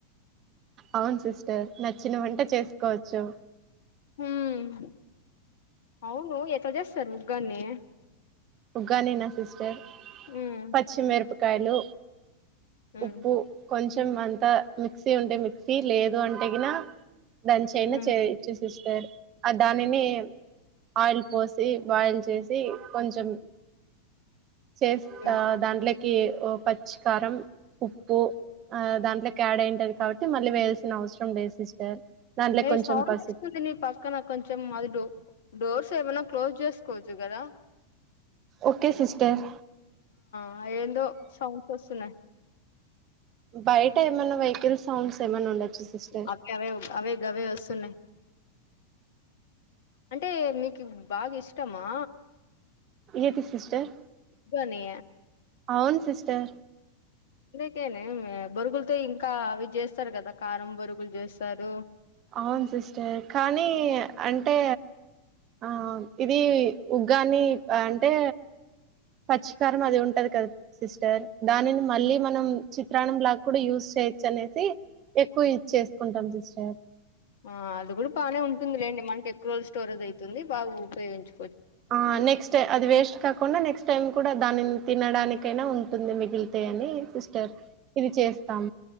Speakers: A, on the right (about 35°); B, on the left (about 55°).
A: అవును సిస్టర్ నచ్చిన వంట చేసుకోవచ్చు
B: హ్మ్మ్ అవును ఎట్ల జేస్తారు ఉగ్గాని
A: ఉగ్గాని నా సిస్టర్
B: ఉమ్
A: పచ్చిమిరప కాయలు
B: ఉమ్
A: ఉప్పు కొంచ్ కొంచం అంతా మిక్సీ ఉంటే మిక్సీ లేదు అం తెగిన లంచ్ ఐనా
B: ఉమ్
A: చే చూసిస్తారు ఆ దానిని ఆయిల్ పోసి బాయిల్ చేసి కొంచెం చేస్త
B: ఉమ్
A: దాంట్లోక్ కి ఓ పచ్చి కారం ఉప్పు ఆ దాంట్లోకి యాడ్ అయింటాది కాబట్టి మళ్ళీ వేయాల్సిన అవసరం లేదు సిస్టర్. దాంట్లో
B: ఏ
A: కొంచెం
B: సౌండ్
A: పసుపు
B: వస్తుంది నీ పక్కన కొంచెం అది డో డోర్స్ తే ఏమన్న క్లోజ్ చేసుకోవచ్చు కదా
A: ఓకే సిస్టర్
B: ఆ ఏందో సౌండ్స్ వస్తున్నాయి
A: బయట ఏమన్నా వెహికిల్ సౌండ్స్ ఏమన్నా ఉండొచ్చు సిస్టర్
B: ఆ అవే అవే అవి గవే వస్తున్నాయి అంటే మీకి బాగిష్టమా
A: ఎతే సిస్టర్
B: ఉగ్గాని
A: అవును సిస్టర్
B: అందుకేనేమి బొరుగుల్తో ఇంకా అవి చేస్తరు కదా కారం బొరుగులు జేస్తారు.
A: అవును సిస్టర్ కానీ అంట్ అంటే ఆ ఇది ఉగ్గాని అంటే పచ్చికారం అది ఉంటది కదా సిస్టర్ దానిని మళ్ళీ మనం చిత్రాన్నం లాక్కూడా యూస్ చేయొచ్చనేసి ఎక్కువ యూస్ చేసుకుంటాం సిస్టర్.
B: ఆ అది కూడా బానే ఉంటుందిలేండి మంటెక్కువ స్టోరేజ్ ఐతుంది బాగ ఉపయోగించు
A: ఆ నెక్స్ట్ అది వేస్ట్ కాకుండా నెక్స్ టైం కూడా దానిని తినడానికైనా ఉంటుంది మిగిలితే అని సిస్టర్ ఇది చేస్ తం